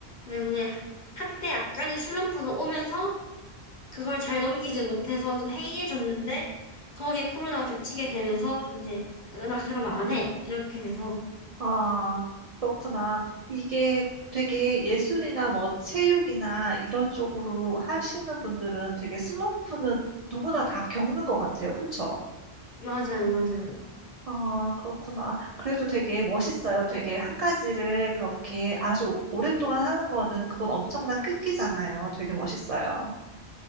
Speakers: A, on the left; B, on the right.
A: 때문에 한때 약간의 슬럼프가 오면서 그걸 잘 넘기지 못해서 좀 해이해졌는데, 거기에 코로나가 겹치게 되면서 이제 나 그러면 안 해. 이렇게 돼서.
B: 아, 그렇구나. 이게 되게 예술이나 뭐 체육이나 이런 쪽으로 하시는 분들은 되게 슬럼프는 누구나 다 겪는 것 같아요. 그쵸?
A: 맞아요, 맞아요.
B: 아, 그렇구나. 그래도 되게 멋있어요. 되게 한 가지를 그렇게 아주 오랫동안 하는 거는 그건 엄청난 끈기잖아요. 되게 멋있어요.